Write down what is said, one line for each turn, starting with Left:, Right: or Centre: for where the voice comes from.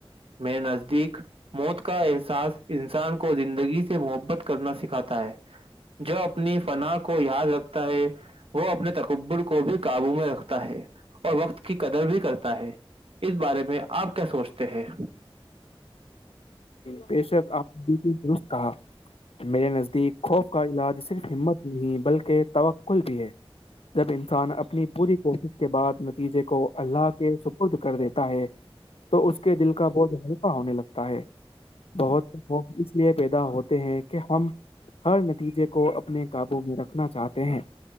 Right: میںیر نزدیک موت کا احساس انسان کو زندگی سے محبت کرنا سکھاتا ہے جو اپنی فنا کو یاد رکھتا ہے وہ اپنے تقبر کو بھی قابو میں رکھتا ہے اور وقت کی قدر بھی کرتا ہے اس بارے میں آپ کیا سوچتے ہیں
Left: بےشک آپ نے درست کہا میرے نزدیک خوف کا علاج صرف ہمت نہیں بلکہ توکل بھی ہے جب انسان اپنی پوری کوشش کے بعد نتیجے کو اللہ کے سپرد کر دیتا ہے تو اس کے دل کا بہت ہلکا ہونے لگتا ہے بہت خو اس لیے پیدا ہوتے ہیں کہ ہم ہر نتیجے کو اپنے قابو میں رکھنا چاہتے ہیں